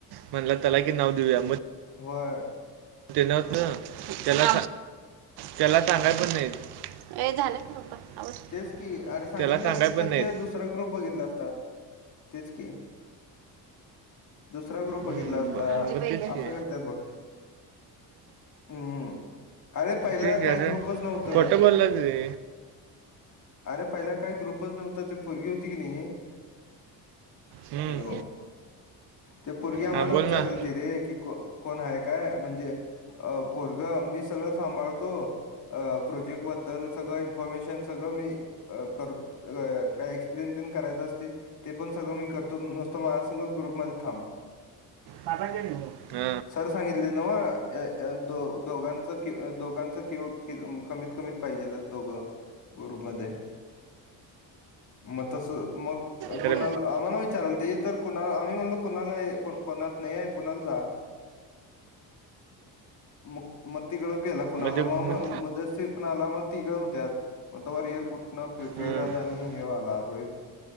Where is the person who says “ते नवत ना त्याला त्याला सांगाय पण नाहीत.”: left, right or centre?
Right